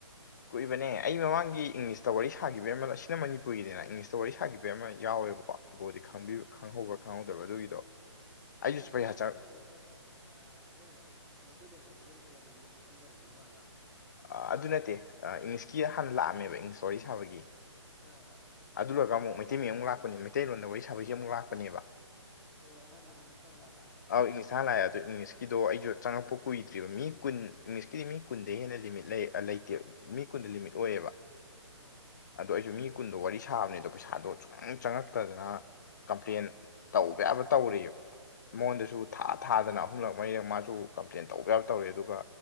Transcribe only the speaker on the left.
ꯀꯨꯏꯕꯅꯦ ꯑꯩ ꯃꯃꯥꯡꯒꯤ ꯏꯪꯂꯤꯁꯇ ꯋꯥꯔꯤ ꯁꯥꯈꯤꯕꯒꯤ ꯑꯃꯒ ꯁꯤꯅ ꯃꯅꯤꯄꯨꯔꯤꯒꯤꯗꯅ ꯏꯪꯂꯤꯁ ꯇ ꯋꯥꯔꯤ ꯁꯥꯒꯤꯕꯩ ꯑꯃ ꯌꯥꯎꯋꯦꯕꯀꯣ ꯕ꯭ꯔꯣꯗꯤ ꯈꯪꯕꯤ
ꯈꯪꯍꯧꯕ꯭ꯔꯥ ꯈꯪꯍꯧꯗꯕ꯭ꯔꯥ ꯑꯗꯨꯒꯤꯗꯣ ꯑꯩꯁꯨ
ꯄꯩꯁꯥ ꯆꯪ
ꯑꯗꯨ ꯅꯠꯇꯦ ꯏꯪꯂꯤꯁꯀꯤ ꯍꯥꯟꯅ ꯂꯥꯛꯑꯝꯃꯦꯕ ꯏꯪꯂꯤꯁ ꯋꯥꯔꯤ ꯁꯥꯕꯒꯤ
ꯑꯗꯨ ꯂꯣꯏꯔꯒ ꯑꯃꯨꯛ ꯃꯩꯇꯩ ꯃꯌꯦꯛ ꯑꯃꯨꯛ ꯂꯥꯛꯄꯅꯤ ꯃꯩꯇꯩꯔꯣꯟꯗ ꯋꯥꯔꯤ ꯁꯥꯕꯩꯁꯦ ꯑꯃꯨꯛ ꯂꯥꯛꯄꯅꯦꯕ
ꯑꯥꯎ ꯏꯪꯂꯤꯁꯇ ꯍꯥꯟꯅ ꯂꯥꯛꯑꯦ ꯑꯗꯣ ꯏꯪꯂꯤꯁꯀꯤꯗꯣ ꯑꯩꯁꯨ ꯆꯪꯉꯛꯄ ꯀꯨꯏꯗ꯭ꯔꯤꯕ ꯃꯤ ꯀꯨꯟ ꯏꯪꯂꯤꯁꯀꯤꯗꯤ ꯃꯤ ꯀꯨꯟꯗꯩ ꯍꯦꯟꯅ ꯂꯤꯃꯤꯠ ꯂꯩ ꯂꯩꯇꯦ ꯃꯤ ꯀꯨꯟꯗ ꯂꯤꯃꯤꯠ ꯑꯣꯏꯌꯦꯕ
ꯑꯗꯣ ꯑꯩꯁꯨ ꯃꯤ ꯀꯨꯟꯗꯣ ꯋꯥꯔꯤ ꯁꯥꯕꯅꯦ ꯑꯗꯣ ꯄꯩꯁꯥꯗꯣ ꯁꯨꯛꯆꯪ ꯆꯪꯉꯛꯇꯗꯅ ꯀꯝꯄ꯭ꯂꯦꯟ ꯇꯧꯕ ꯌꯥꯕ ꯇꯧꯔꯦꯕ
ꯃꯉꯣꯟꯗꯁꯨ ꯊꯥ ꯊꯥꯗꯅ ꯑꯍꯨꯝꯂꯛ ꯃꯔꯤꯂꯛ ꯃꯥꯁꯨ ꯀꯝꯄ꯭ꯂꯦꯟ ꯇꯧꯕ ꯌꯥꯕ ꯇꯧꯔꯦ ꯑꯗꯨꯒ